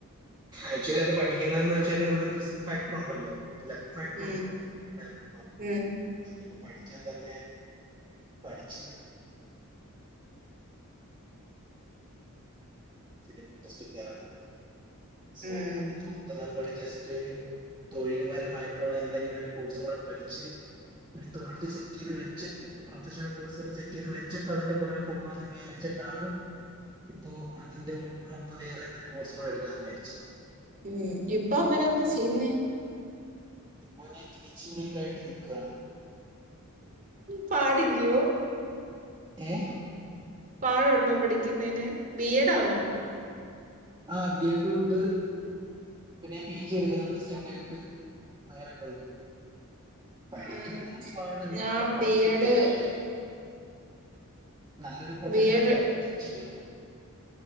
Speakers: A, on the right (about 20°); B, on the right (about 40°).
A: ആക്ച്വലി അത് പഠിക്കുന്നതന്ന് വെച്ചാല് ഒരു റിസ്പാക്ടർ ഉണ്ടല്ലോ? <unintelligible>
B: ഉം ഉം
A: പഠിച്ചാൽ തന്നെ പഠിച്ച് <inaudible> <inaudible> ഇൻഡസ്ട്രികേറാൻ- സോ
B: ഉം
A: അതിന് മുമ്പ് നമ്മള്- ജസ്റ്റ് ഒരു തൊഴിൽപരമായിട്ടുള്ള എന്തെങ്കിലും ഒരു കോഴ്സും കൂടെ പഠിച്ച് ഒരു തൊഴിൽ സെറ്റ് ചെയ്ത് വെച്ചിട്ട് പ്രൊഫഷണൽ കോഴ്സ് സെറ്റ് ചെയ്ത് വെച്ചിട്ട് അതിന്റെ പുറമേ പോവാന്ന് വിചാരിച്ചിട്ടാണ് ഇപ്പോ അതിന്റെ മുമ്പ് വേറെ എന്തെങ്കിലും കോഴ്സും കൂടെ എടുക്കാ- വിചാരിച്ചത്-
B: ഉം ഇപ്പൊ അന്നേരം എന്താ ചെയ്യുന്നേ?
A: ഇപ്പോ ഞാൻ ടീച്ചിങ്ങ്ക്കെ ആയിട്ട് നിക്കുയാണ്-
B: പാടിൽ- യ്യോ-
A: ഏ -
B: പാഴൊണ്ടോ പഠിക്കുന്നതിന്- ബി എഡ്‌ ആന്നോ?
A: ആ ബി എഡും ഉണ്ട് പിന്നെ പി ജി എടുക്കുന്നുണ്ട് ഡിസ്റ്ററ്റ് ആയിട്ട് അങ്ങനെയൊക്കെയുണ്ട്‌- പഠിക്കുന്നതി
B: ഉം
A: ഒരുപാടല്ലല്ലോ
B: ഞാൻ
A: പഠിപ്പിക്കുന്ന-
B: ബി എഡ്
A: നല്ലൊരു പ്രൊഫഷൻ
B: ബി എഡ്
A: അല്ലേയോ ടീച്ചങ് എന്ന് -